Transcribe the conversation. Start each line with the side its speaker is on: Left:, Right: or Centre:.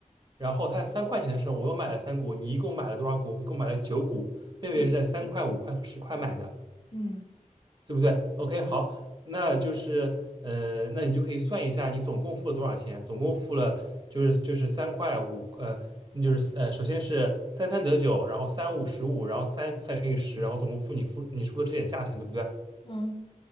Right: 然后它在三块钱的时候我又买了三股，你一共买了多少股？一共买了九股，妹妹是在三块、
Left: 嗯
Right: 五块和十块买的。
Left: 嗯
Right: 对不对？OK，好，那就是呃，那你就可以算一下你总共付了多少钱，总共付了就是就是三块五呃，那就是呃，首先是三三得九，然后三五十五，然后三再乘以十，然后总共付你付你付的这点价钱，对不对？
Left: 嗯，